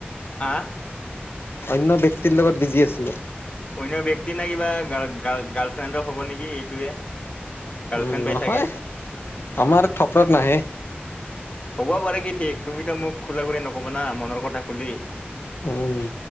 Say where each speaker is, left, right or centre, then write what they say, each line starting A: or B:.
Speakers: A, on the left; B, on the left.
A: আহ,
B: অন্য ব্যক্তিৰ লগত বিজি আছিলো
A: অন্য ব্যক্তি নে কিবা গাল গাল গাল গাৰ্লফ্ৰেণ্ড হব নেকি এইটোৱে গাৰ্লফ্ৰেণ্ড
B: উম
A: পাই
B: নহয়
A: চাগে
B: আমাৰ থপৰাত নাহে
A: হ'ব পাৰে কি ঠিক তুমিতো মোক খোলা নকবা না মনৰ কথা খুলি
B: উম